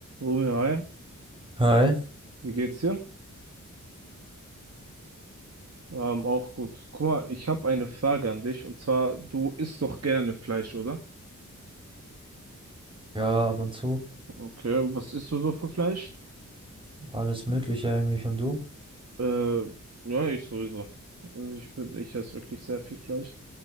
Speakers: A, on the right; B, on the right.
A: Romeo, hi,
B: Hi,
A: wie geht's dir? Ähm, auch gut. Guck mal, ich habe eine Frage an dich und zwar, du isst doch gerne Fleisch, oder?
B: ja, ab und zu.
A: Okay, was isst du so für Fleisch?
B: Alles Mögliche eigentlich und du?
A: Äh, ja, ich sowieso. Also ich bin, ich esse wirklich sehr viel Fleisch.